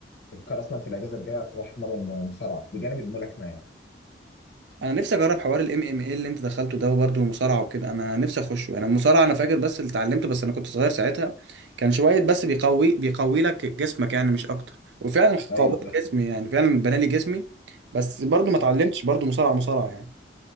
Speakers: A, on the left; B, on the right.
A: بفكر اصلا في الاجازه الجايه اروح اتمرن مصارعه بجانب الملاكمه يعني
B: انا نفسي اجرب حوار الام ام اي اللي انت دخلته ده وبرده المصارعه وكده انا نفسي اخشه انا المصارعه انا فاكر بس اللي اتعلمته بس انا كنت صغير ساعتها كان شويه بس بيقوي بيقوي لك جسمك يعني مش اكتر وفعلا
A: ايوه
B: قوى جسمي يعني فعلا بنى لي جسمي بس برضو ما اتعلمتش برضو مصارعه مصارعه يعني